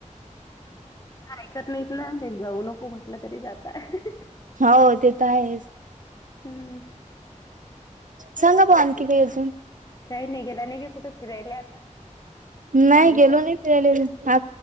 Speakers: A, on the left; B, on the right.
A: आयकत नाहीत ना ते जाऊ नको म्हटलं तरी जातय.
B: हो ते तर आहेच.
A: हम्म
B: सांगा बो आणखी काय अजून
A: काही नाही गेला नाही का कुठं फिरायला आता
B: नाही
A: पाणी
B: गेलो
A: पाऊस
B: नाही फि आ